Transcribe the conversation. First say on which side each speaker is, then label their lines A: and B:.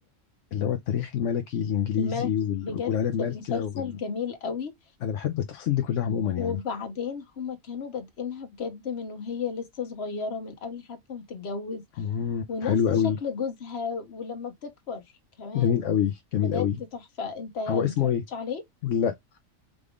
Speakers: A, on the left; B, on the left.
A: اللي هو التاريخ الملكي الانجليزي
B: الملك
A: وال-
B: بجد
A: والعيله المالكه
B: مسلسل
A: وال...
B: جميل قوي
A: انا بحب التفاصيل دي كلها عموما يعني
B: وبعدين هما كانوا بادئينها بجد من وهي لسه صغيرة من قبل حتى ما تتجوز
A: مم.
B: ونفس
A: حلو قوي
B: شكل جوزها ولما بتكبر كمان
A: جميل قوي جميل
B: بجد
A: قوي
B: تحفة انت متفرجتش
A: هو اسمه ايه
B: عليه
A: لا